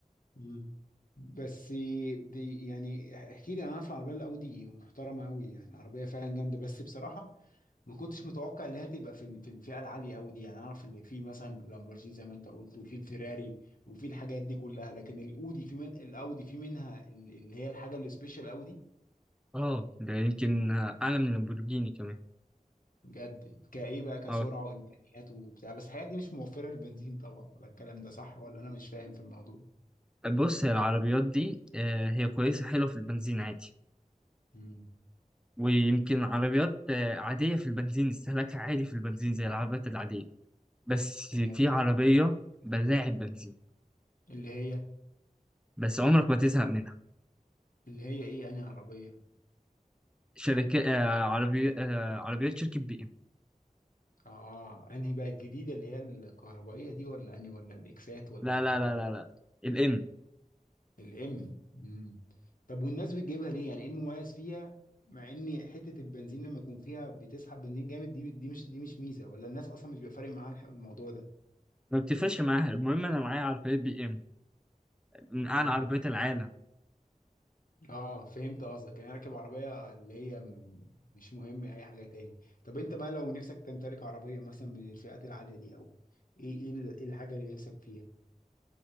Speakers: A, on the left (about 70°); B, in the centre.
A: مم. بس دي يعني احكي لي انا عارف العربيه الاودي محترمه قوي يعني عربيه فعلا جامده بس بصراحه ما كنتش متوقع ان هي تبقى في ال- في الفئه العاليه قوي دي يعني اعرف ان في مثلا لامبرجيني زي ما انت قلت وفي الفيراري وفي الحاجات دي كلها لكن الاودي في من الاودي في منها ال- اللي هي الحاجه السبيشال قوي
B: اه ده يمكن اعلى من لامبورجيني كمان
A: بجد كايه بقى كسرعه
B: اه
A: وامكانيات وبتاع بس الحاجات دي مش موفره للبنزين طبعا ولا الكلام ده صح ولا انا مش فاهم في الموضوع
B: بص هي العربيات دي آه، هي كويسة حلوة في البنزين عادي
A: مم.
B: ويمكن عربيات آه، عادية في البنزين استهلاكها عادي في البنزين زي العربيات العادية بس
A: تمام
B: في عربية بلاعة بنزين
A: اللي هي
B: بس عمرك ما تزهق منها
A: اللي هي ايه انهي عربيه
B: شركات عربي آه، عربيات شركة بي ام
A: اه انهي بقى الجديده اللي هي الكهربائيه دي ولا انهي ولا الاكسات ولا
B: لا لا
A: ولا
B: لا لا لا الام
A: الام امم طب والناس بتجيبها ليه يعني ايه المميز فيها مع ان حته البنزين لما يكون فيها بتسحب بنزين جامد دي دي مش دي مش ميزه ولا الناس اصلا مش بيبقى فارق معاها الح- الموضوع ده
B: ما بتفرقش معاها المهم انا معايا عربيات بي ام من اعلى
A: امم
B: عربيات العالم
A: اه فهمت قصدك يعني راكب عربية اللي هي م- مش مهم اي حاجة تاني طب انت بقى لو نفسك تمتلك عربية مثلا من الفئات العالية دي او ايه ايه ال- إيه الحاجة اللي نفسك فيها